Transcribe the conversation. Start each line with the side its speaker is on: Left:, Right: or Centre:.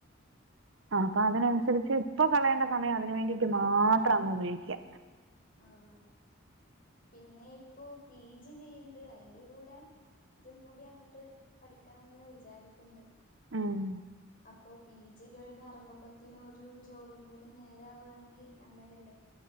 Right: ആ അപ്പൊ അതിനനുസരിച്ച് ഇപ്പൊ കളയേണ്ട സമയം അതിന് വേണ്ടിയിട്ട് മാത്രം അങ്ങ് ഉപയോഗിക്കുക
Left: ആഹ പിന്നെ ഇപ്പോ പീജി ചെയ്യണ്ട് അയിന്റെ കൂടെ ഇതും കൂടി അങ്ങട്ട് പഠിക്കണംന്ന് വിചാരിക്ക്ണ്ട്
Right: ഉം
Left: അപ്പോ പീജി കഴിഞ്ഞ് എറങ്ങപ്പത്തിനും ഒരു ജോലിം കൂടി നേരാവാണെങ്കി നല്ലതല്ലേ.